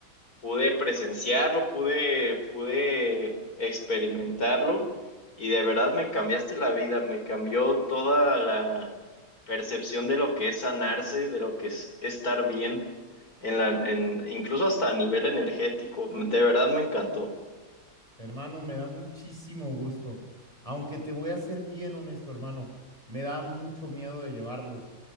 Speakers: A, on the left; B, on the right.
A: pude presenciarlo, pude, pude experimentarlo y de verdad me cambiaste la vida, me cambió toda la percepción de lo que es sanarse, de lo que es estar bien, en la, en, incluso hasta a nivel energético. De verdad me encantó.
B: Hermano, me da muchísimo gusto. Aunque te voy a ser bien honesto, hermano, me da mucho miedo de llevarlos.